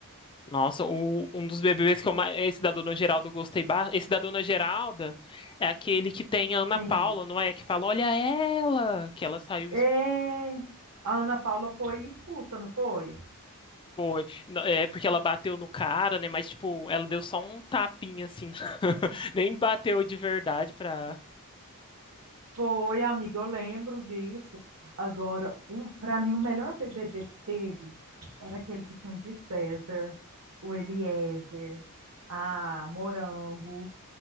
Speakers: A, on the left (about 20°); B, on the right (about 75°).
A: Nossa, o- um dos BBBs que eu mais, esse da Dona Geralda eu gostei, ba- esse da Dona Geralda é aquele que tem a Ana
B: Sim.
A: Paula, não é? Que fala, olha ela, que ela saiu
B: É... A Ana Paula foi expulsa, não foi?
A: Foi. Não, É porque ela bateu no cara, né? Mas, tipo, ela deu só um tapinha, assim. <laughs> Nem bateu de verdade pra
B: Foi, amiga, eu lembro disso. Agora, um, para mim, o melhor BBB que teve era aquele que tinha o de César, o Eliezer, a Morango.